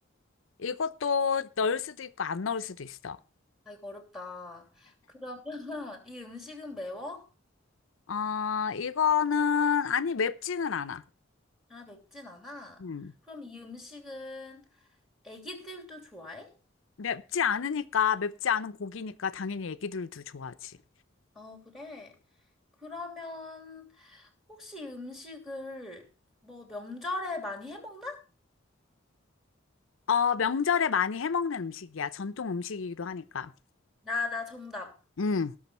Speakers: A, on the left; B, in the centre.
A: 이것도 넣을 수도 있고, 안 넣을 수도 있어.
B: 아, 이거 어렵다. 그러면 <laughs> 이 음식은 매워?
A: 어, 이거는, 아니, 맵지는 않아.
B: 아, 맵진 않아?
A: 음.
B: 그럼 이 음식은 애기들도 좋아해?
A: 맵지 않으니까, 맵지 않은 고기니까, 당연히 애기들도 좋아하지.
B: 어, 그래. 그러면 혹시 음식을 뭐 명절에 많이 해 먹나?
A: 어, 명절에 많이 해먹는 음식이야. 전통 음식이기도 하니까.
B: 나, 나 정답.
A: 음.